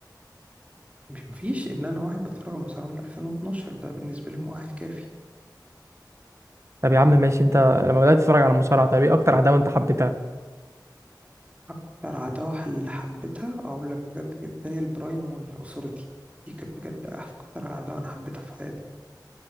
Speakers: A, on the right; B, on the right.
A: مش مفيش إن أنا واحد بتفرج على المصارعة من 2012 ده بالنسبة لي مؤهل كافي
B: طب يا عم ماشي انت لما بدات تتفرج على المصارعه طب ايه اكتر عداوه انت حبيتها
A: أكتر عداوة اللي حبيتها أقول لك بجد بجد دانيال براين والأوثوريتي دي كانت بجد أكتر عداوة أنا حبيتها في حياتي